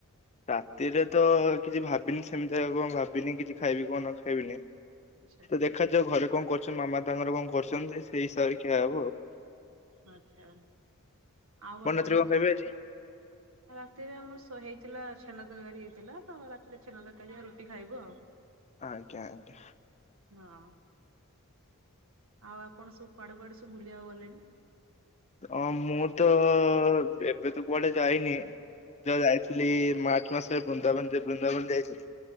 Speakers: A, on the left; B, on the right.
A: ରାତିରେ ତ କିଛି ଭାବିନି, ସେମିତି କଣ ଭାବିନି, କିଛି ଖାଇବି କଣ, ନ ଖାବିନି
B: ଆଚ୍ଛା
A: ତ ଦେଖା ଯୋଉ ଘରେ କଣ କରୁଛନ୍ତି, ମାମା ତାଙ୍କର କଣ କରୁଛନ୍ତି, ସେଇ ହିସାବରେ ଖିଆ ହବ ଆଉ।
B: ଆଛା, ଆଉ ଆପଣ?
A: ରାତିରେ କଣ ଖାଇବେ ଆଜି?
B: ରାତିରେ ଆମର ହେଇଥିଲା ଛେନା ତରକାରୀ ହେଇଥିଲା, ତ ରାତିରେ ଛେନା ତରକାରୀ ଆଉ ରୁଟି ଖାଇବୁ ଆଉ।
A: ଆଜ୍ଞା ଆଜ୍ଞା।
B: ହଁ ଆଉ ଆପଣ ସବୁ କୁଆଡେ କୁଆଡେ ସବୁ ବୁଲିବାକୁ ଗଲେଣି?
A: ହଁ ମୁଁ ତ ଏବେ ତ କୁଆଡେ ଯାଇନି। ଯା ଯାଇଥିଲି ମାର୍ଚ୍ଚ ମାସରେ ବୃନ୍ଦାବନ, ବୃନ୍ଦାବନ ଯାଇଥିଲି।